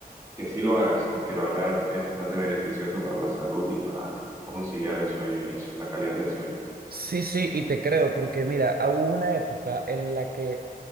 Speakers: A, on the right; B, on the right.
A: que sí lo hagas, porque la verdad es bastante beneficioso para la salud y para conciliar el sueño y eso, la calidad del sueño.
B: Sí, sí, y te creo, porque mira, ah, hubo una época en la que